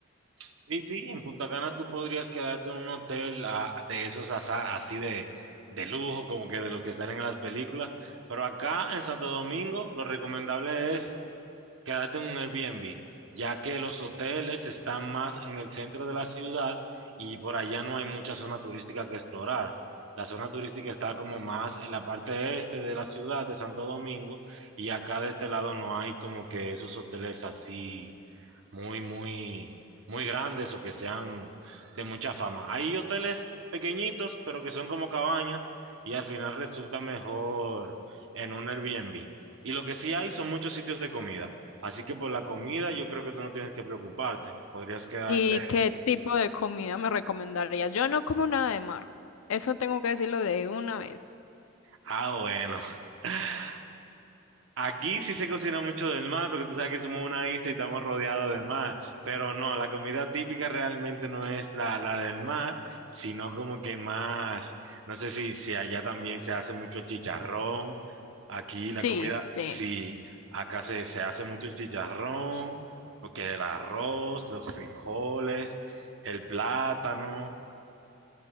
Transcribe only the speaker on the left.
¿Y qué tipo de comida me recomendarías? Yo no como nada de mar. Eso tengo que decirlo de una vez.
Sí,
sí.